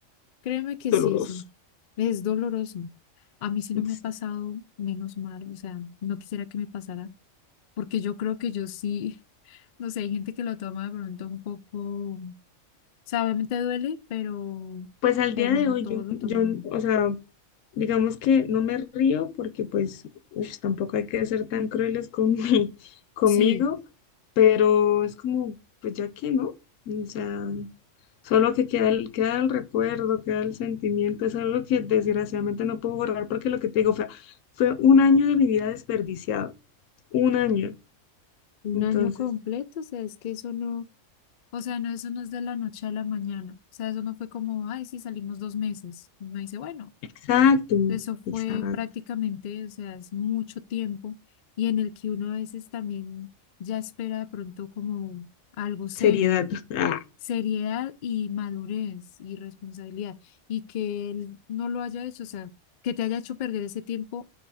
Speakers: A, on the left (about 65°); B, on the left (about 80°).
A: créeme que
B: Doloroso.
A: sí es, es doloroso. A mí sí no
B: Sí.
A: me ha pasado, menos mal, o sea, no quisiera que me pasara, porque yo creo que yo sí, <laughs> no sé, hay gente que lo toma de pronto un poco, o sea, obviamente duele, pero,
B: Pues al
A: pero
B: día de
A: no
B: hoy,
A: todos
B: yo,
A: lo
B: yo,
A: toman.
B: o sea, Digamos que no me río porque pues ush, tampoco hay que ser tan crueles con <laughs> mi- conmigo,
A: Sí.
B: pero es como, pues ya que no, o sea, solo que queda el, queda el recuerdo, queda el sentimiento, es algo que desgraciadamente no puedo borrar porque lo que te digo fue, fue un año de mi vida desperdiciado, un año.
A: Un
B: Entonces,
A: año completo, o sea, es que eso no, O sea, no, eso no es de la noche a la mañana. O sea, eso no fue como, ay, sí, salimos dos meses. Uno dice, bueno,
B: exacto,
A: eso fue
B: exacto,
A: prácticamente, o sea, es mucho tiempo y en el que uno a veces también ya espera de pronto como algo serio,
B: seriedad. <laughs>
A: seriedad y madurez y responsabilidad. Y que él no lo haya hecho, o sea, que te haya hecho perder ese tiempo